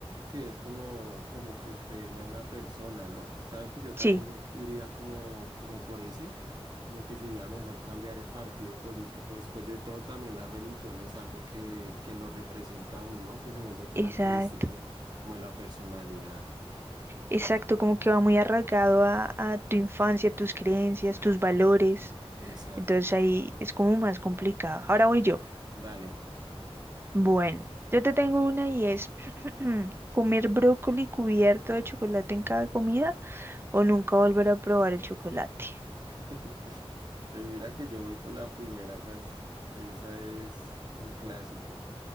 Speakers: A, on the right; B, on the right.
A: Sí, es como, como que creerle a una persona, ¿no? Sabes que yo también
B: Sí,
A: i- iría como, como por ese, como que sería mejor cambiar el partido político. Después de todo, también la religión es algo que, que lo representa a uno, ¿no? Que se vuelve característico
B: exacto.
A: como de la personalidad.
B: Exacto, como que va muy arraigado a, a tu infancia, tus creencias, tus valores.
A: Exacto.
B: Entonces ahí es como más complicado. Ahora voy yo.
A: Dale.
B: Bueno, yo te tengo una y es <clears throat> comer brócoli cubierto de chocolate en cada comida o nunca volver a probar el chocolate.
A: <laughs> Pues mira que yo voy por la primera, esa es, esa es un clásico.